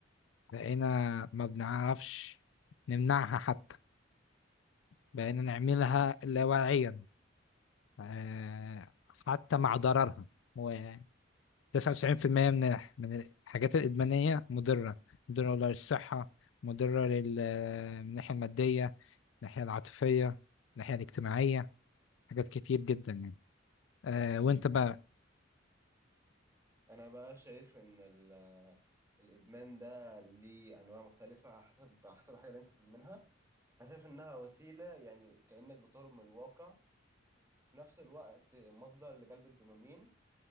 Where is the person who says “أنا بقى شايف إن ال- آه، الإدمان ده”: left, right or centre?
Right